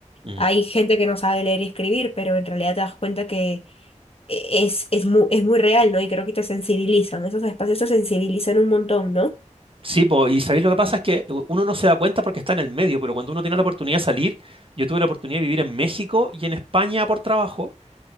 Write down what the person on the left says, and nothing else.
Hay gente que no sabe leer y escribir, pero en realidad te das cuenta que e- es, es muy, es muy real, ¿no? Y creo que te sensibilizan, esos espacios te sensibilizan un montón, ¿no?